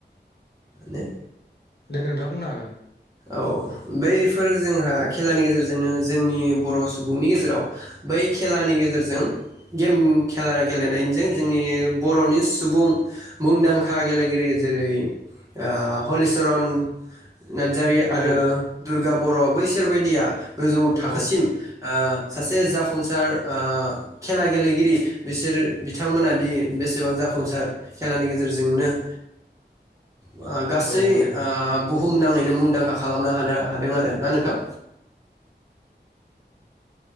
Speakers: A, on the right; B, on the left.
A: ने
B: दे नोंथाङा बुंनो हागोन
A: औ बैफोर जोंहा खेलानि गेजेरजोंनो जोंनि बर' सुबुंनि गेजेराव बै खेलानि गेजेरजों गेम खेला गेलेनायजों जोंनि बर'नि सुबुं मुंदांखा गेलेगिरि जेरै आ हलिचरन जारि आरो
B: औ
A: दुर्गा बर' बैस सोरबायदिया गोजौ थाखोसिम
B: औ
A: ओ सासे जाफुंसार ओ खेला गेलेगिरि बिसोर बिथांमोना दि बेसेबां जाफुंसार खेलानि गेजेरजोंनो ओ आ गासै
B: औ माने
A: आ बु बुम नाङैनो मुं मुंदांखा खालामनो हानो हादों आरो ना नोंथां।